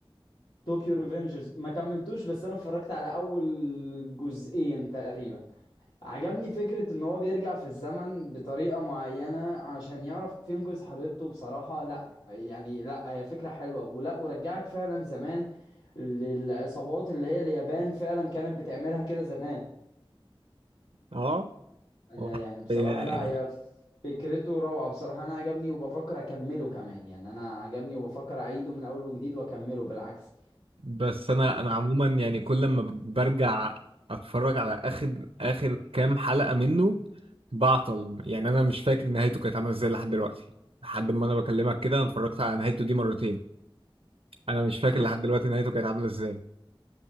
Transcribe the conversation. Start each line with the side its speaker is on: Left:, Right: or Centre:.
Left: طوكيو ريفنجرز ما كملتوش بس انا اتفرجت على اول جزئين تقريبا عجبني فكرة ان هو بيرجع في الزمن بطريقة معينة عشان يعرف ينقذ حبيبته بصراحة لا يعني لا هي فكرة حلوة ولا ورجعك فعلا زمان للعصابات اللي هي اليابان فعلا كانت بتعملها كده زمان
Right: اه
Left: لا
Right: آه.
Left: يعني
Right: <laughs>
Left: بصراحة
Right: يعني
Left: لا هي فكرته روعة بصراحة انا عجبني وبفكر اكمله كمان يعني انا عجبني وبفكر اعيده من اول وجديد واكمله بالعكس
Right: بس انا انا عموما يعني كل ما برجع اتفرج على اخر اخر كام حلقة منه بعطل يعني انا مش فاكر نهايته كانت عاملة ازاي لحد دلوقتي لحد ما انا بكلمك كده انا اتفرجت على نهايته دي مرتين انا مش فاكر
Left: <laughs>
Right: لحد دلوقتي نهايته كانت عاملة ازاي